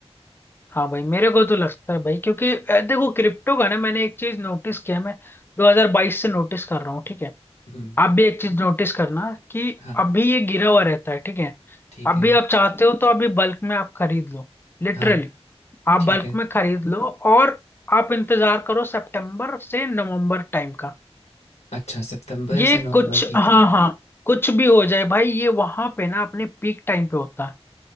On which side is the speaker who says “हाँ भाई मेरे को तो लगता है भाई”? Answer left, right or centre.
Left